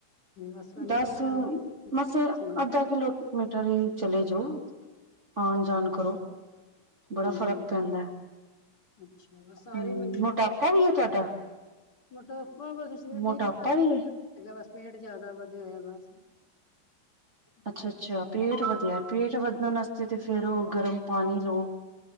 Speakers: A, on the left; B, on the right.
A: ਬਸ ਵੇਲੇ
B: ਦੱਸ
A: ਉੱਠ ਜਾਂਦੀ
B: ਊ, ਮਸ ਊ
A: ਹੂੰ
B: ਅੱਧਾ ਕਿਲੋ ਮਟਰੀ ਈ ਚਲੇ ਜੋ। ਆਣ
A: ਅੱਛਾ
B: ਜਾਣ ਕਰੋ।
A: ਹੂੰ
B: ਬੜਾ ਫ਼ਰਕ
A: ਹੂੰ
B: ਪੈਂਦਾ।
A: ਅੱਛਾ ਬਸ ਸਾਰੀ
B: ਹੂ
A: ਮਤਲਬ
B: ਮੋਟਾਪ ਐਵੀ ਏ ਤੁਵਾਡਾ।
A: ਮੋਟਾਪਾ ਵੈਸੇ ਸਰੀਰ
B: ਮੋਟਾਪਾ
A: ਠੀਕ।
B: ਵੀ ਹੈ
A: ਬ ਪੇਟ ਜ਼ਿਆਦਾ ਵਧਿਆ ਹੋਇਆ ਬਸ। ਹੂੰ
B: ਅੱਛਾ-ਅੱਛਾ, ਪੇਟ ਵਧਿਆ। ਪੇਟ ਵਧਣ ਵਾਸਤੇ ਤੇ ਫੇਰ ਉਹ ਗਰਮ ਪਾਣੀ ਲਓ।